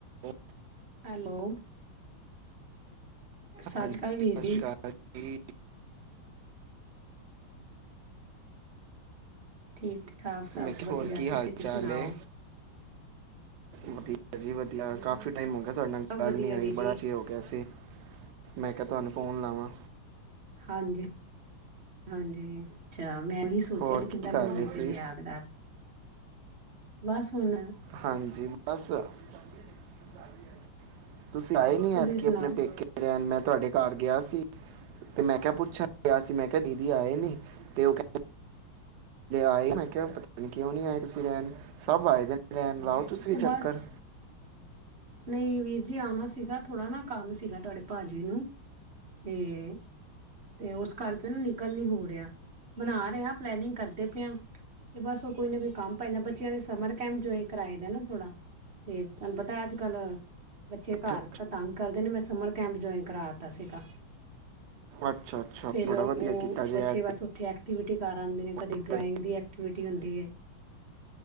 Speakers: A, on the right; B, on the right.
A: ਉਹ
B: ਹੈਲੋ ਸਤਿ
A: ਹਾਂਜੀ
B: ਸ੍ਰੀ ਅਕਾਲ ਵੀਰ
A: ਸਤਿ
B: ਜੀ
A: ਸ਼੍ਰੀ ਅਕਾਲ ਜੀ
B: ਠੀਕ ਠਾਕ ਸਭ
A: ਮੈਂ ਕਿਹਾ
B: ਵਧੀਆ
A: ਹੋਰ ਕੀ ਹਾਲ
B: ਤੁਸੀਂ
A: ਚਾਲ
B: ਸੁਣਾਓ
A: ਹੈ ਵਧੀਆ ਜੀ ਵਧੀਆ ਕਾਫੀ ਟਾਈ ਹੋ ਗਿਆ ਤੁਹਾਡੇ ਨਾਲ
B: ਸਭ
A: ਗੱਲ
B: ਵਧੀਆ
A: ਨੀ ਹੋਈ
B: ਵੀਰ ਜੀ
A: ਬੜਾ ਚਿਰ ਹੋ ਗਿਆ ਸੀ ਮੈਂ ਕ ਤੁਹਾਨੂੰ ਫ਼ੋਨ ਲਾਵਾਂ
B: ਹਾਂਜੀ ਹਾਂਜੀ ਮੈਂਹੀ ਸੋਚਿਆ
A: ਹੋਰ
B: ਜੇ
A: ਕੀ
B: ਕਿੱਦਾਂ
A: ਕਰ
B: ਮੈਨੂੰ
A: ਰਹੇ
B: ਮੀਜ਼ੀ
A: ਸੀ
B: ਨੇ ਯਾਦ ਕਰ ਲਿਆ ਬਸ ਹੁਣ
A: ਹਾਂਜੀ ਬਸ ਚ ਹੀ ਹੈ ਤੁਸੀਂ ਆਏ ਨੀ
B: ਤੁਸੀਂ
A: ਐਤਕੀ
B: ਸੁਣਾਓ
A: ਆਪਣੇ ਪੇਕੇ ਰਹਿਣ ਮੈਂ ਤੁਹਾਡੇ ਘਰ ਗਿਆ ਸੀ ਤੇ ਮੈਂ ਕਿਹਾ ਪੁੱਛਣ ਗਿਆ ਸੀ ਮੈਂ ਕਿਹਾ ਦੀਦੀ ਆਏ ਨ ਤੇ ਉਹ ਕਹਿੰ ਆਏਂ ਪਤਾ ਕਿਉਂ ਨਹੀਂੀ ਆਏ ਤੁਂ ਰਹਿਣ ਸਭ ਆਏ ਦੇ ਨੇ ਰਹਿਣ ਲਾਓ ਤੁਸੀ ਵੀ ਚੱਕਰ
B: ਬਸ ਨਹੀਂ ਵੀਰ ਜੀ ਆਉਣਾ ਸੀਗਾ ਥੋੜ੍ਹਾ ਨਾ ਕੰਮ ਸੀਗਾ ਤੁਹਾਡੇ ਭਾਜੀੀ ਨੂੰ ਹਮ ਤੇ ਉਸ ਕਰਕੇ ਉਹਨੂੰ ਨਿਕਲ ਨੀ ਹੋ ਰਿਹਾ ਬਣਾ ਰਿਹਾ ਪਲੈਨਿੰਗ ਕਰਦੇ ਪਏਿਆ ਤੇ ਬਸ ਉਹ ਕੋਈ ਨਾ ਕੋਈ ਕੰਮ ਪੈਂਦਾ ਬੱਚਿਆਂ ਦੇ ਸਮਰ ਕੈਂਪ ਜੋ ਕਰਵਾਏ ਦਾ ਨਾ ਥੋੜਾ ਤੇ ਤੁਹਾਨੂੰ ਪਤਾ ਅੱਜ ਕਲ ਬੱਚੇ ਘਰ
A: ਅੱਛਾ
B: ਤਾਂ ਤੰਗ ਕਰਦੇ ਨੇ ਮੈਂ ਸਮਰ ਕੈਂਪ ਜੁਆਇਨ ਕਰਾ ਦਿੱਤਾ ਸੀਗਾ
A: ਅੱਛਾ ਅੱਛਾ
B: ਫੇਿਰ
A: ਬੜਾ
B: ਉਹ
A: ਵਧੀਆ ਕੀਤਾ ਜੀ
B: ਬੱਚੇ
A: ਐਤਕੀ
B: ਬਸ ਉੱਥੇ ਐਕਟੀਵਿਟੀ ਕਰ ਆਦੇ ਨੇ ਕਦੇ
A: ਤੁਸੀਂ
B: ਡਰਾਇੰਗ ਦੀ ਐਕਟੀਵ ਰਟੀ ਹੁੰਦੀ ਹੈ